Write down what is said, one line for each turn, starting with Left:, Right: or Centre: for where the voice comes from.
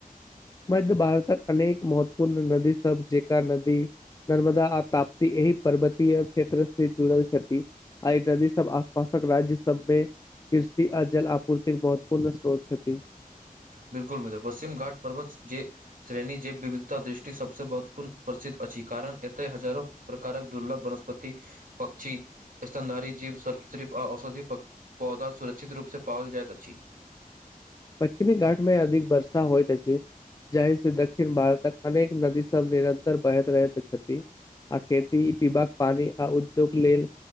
Left: मध्य भारतक अनेक महत्वपूर्ण नदी सब जेका नदी नर्मदा आ ताप्ती एहि पर्वतीय क्षेत्र से जुड़ल छथि। आइ नदी सब आस-पास तक राज्य सबमे कृषि आ जल आपूर्तिके महत्वपूर्ण स्रोत छथि।
Right: बिल्कुल मित्र पश्चिम घाटपर्वत जे श्रेणी जैव विविधता दृष्टि सभसे महत्वपूर्ण प्रसिद्ध अछि कारण एतेय हजारो प्रकारक दुर्लभ वनस्पति पक्षी स्तनधारी जीव सर्प सिर्फ आ औषधी पौ पौधा सुरक्षित रूपसे पाओल जाइत अछि।
Left: पश्चिमी घाटमे अधिक वर्षा होइत अछि। जाहि से दक्षिण भारतक अनेक नदी सब निरंतर बहैत रहैत छथि। आ खेती पिवाक पानी आ उद्योग लेल